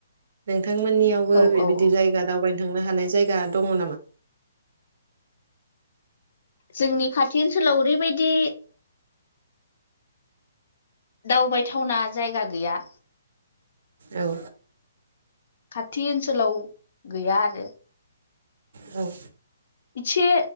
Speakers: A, on the right (about 55°); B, on the left (about 50°).
A: नोंथांमोननियावबो
B: औ
A: बिबायदि
B: औ
A: जायगा दावबायनो थांनो हानाय जायगा दङ नामा?
B: जोंनि खाथि ओनसोलाव ओरैबायदि दावबायथावना जायगा गैया।
A: औ
B: खाथि ओनसोलाव गैया आरो
A: औ
B: इसे